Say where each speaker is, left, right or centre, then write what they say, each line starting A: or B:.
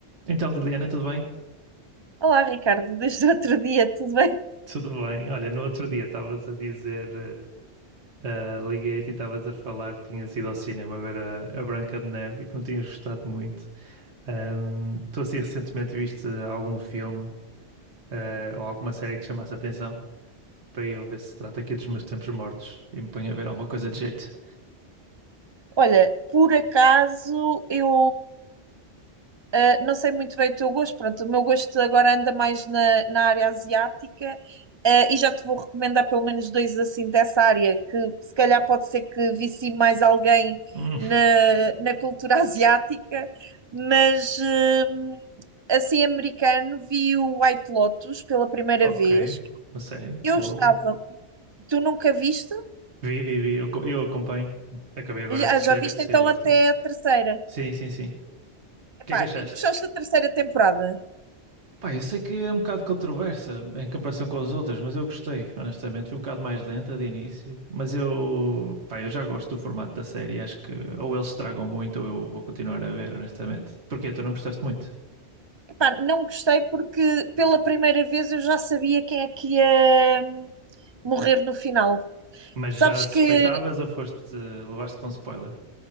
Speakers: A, on the right (about 70°); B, on the right (about 35°).
A: Então, Liliana, tudo bem?
B: Olá, Ricardo, desde o outro dia, tudo bem?
A: Tudo bem. Olha, no outro dia estavas a dizer, eh, ah, liguei-te e estavas a falar que tinhas ido ao cinema ver a, a Branca de Neve e que não tinhas gostado muito. Ahm, tu assim recentemente viste algum filme, eh, ou alguma série que te chamasse a atenção? Para eu ver se trata aqui dos meus tempos mortos e me ponho a ver alguma coisa de jeito.
B: Olha, por acaso eu ah, não sei muito bem o teu gosto, pronto, o meu gosto agora anda mais na, na área asiática, ah, e já te vou recomendar pelo menos dois assim dessa área, que se calhar pode ser que vici mais alguém
A: Hum,
B: na, na cultura <laughs> asiática, mas hum, assim americano vi o White Lotus pela primeira
A: ok.
B: vez.
A: Uma série?
B: Eu
A: Boa,
B: estava,
A: boa.
B: tu nunca viste?
A: Vi, vi, vi. Eu, co- eu acompanho. Acabei agora
B: Já,
A: a terceira
B: ah, já viste
A: que saiu
B: então
A: esta.
B: até a terceira?
A: Sim, sim, sim. O
B: Epá,
A: que é que achaste?
B: gostaste da terceira temporada?
A: Pá, eu sei que é um bocado controversa em comparação com as outras, mas eu gostei, honestamente. Foi um bocado mais lenta de início, mas eu, pá, eu já gosto do formato da série. Acho que ou eles estragam muito ou eu vou continuar a ver, honestamente. Porque tu não gostaste muito,
B: Epá, não gostei porque pela primeira vez eu já sabia quem é que ia hum, morrer no final.
A: mas
B: Sabes
A: já suspeitavas
B: que.
A: ou foste, levaste com spoiler?